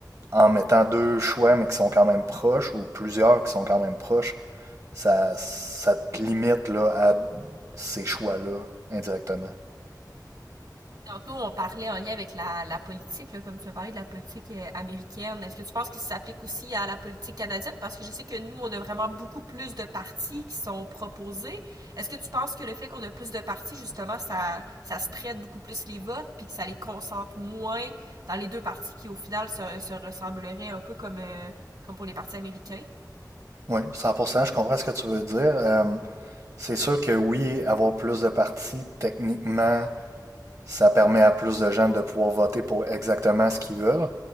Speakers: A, on the right; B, on the right.
A: en mettant deux choix, mais qui sont quand même proches, ou plusieurs qui sont quand même proches, ça, ça te limite là, à ces choix-là indirectement.
B: Tantôt, on parlait en lien avec la, la politique, là, comme tu as parlé de la politique euh, américaine. Est-ce que tu penses qu'il s'applique aussi à la politique canadienne? Parce que je sais que nous, on a vraiment beaucoup plus de partis qui sont proposés. Est-ce que tu penses que le fait qu'on a plus de partis, justement, ça, ça spread beaucoup plus les votes, puis que ça les concentre moins dans les deux partis qui, au final, se, se ressembleraient un peu comme, euh, comme pour les partis américains?
A: Oui, cent pour cent, je comprends ce que tu veux dire. Euh, c'est sûr que oui, avoir plus de partis, techniquement, ça permet à plus de gens de pouvoir voter pour exactement ce qu'ils veulent.